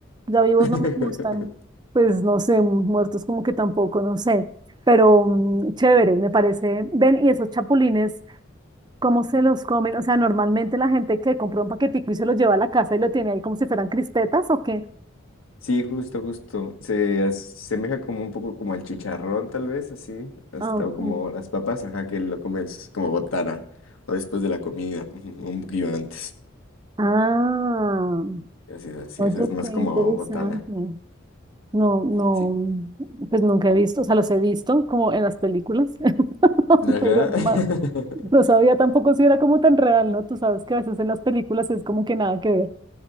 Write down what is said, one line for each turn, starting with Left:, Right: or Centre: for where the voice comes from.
Right: ya vivos
Left: <laughs>
Right: no me gustan, pues no sé, muertos como que tampoco, no sé, pero mm, chévere, me parece. Ven, y esos chapulines, ¿cómo se los comen? O sea, normalmente la gente que compra un paquetico y se los lleva a la casa y lo tiene ahí como si fueran crispetas ¿o qué?
Left: Sí, justo, justo. Se asemeja como un poco como al chicharrón, tal vez, así. Hasta,
Right: Ah, ok.
Left: o como las papas, ajá, que lo comes como botana. O después de la comida, ujú, un poquillo antes.
Right: Ah,
Left: Así es, así
Right: oye,
Left: es, es más
Right: qué interesante.
Left: como botana.
Right: No, no,
Left: Sí.
Right: pues nunca he visto, o sea, los he visto como en las películas, <laughs>
Left: Ajá.
Right: pero no
Left: <laughs>
Right: más. No sabía tampoco si era como tan real, ¿no? Tú sabes que a veces en las películas es como que nada que ver.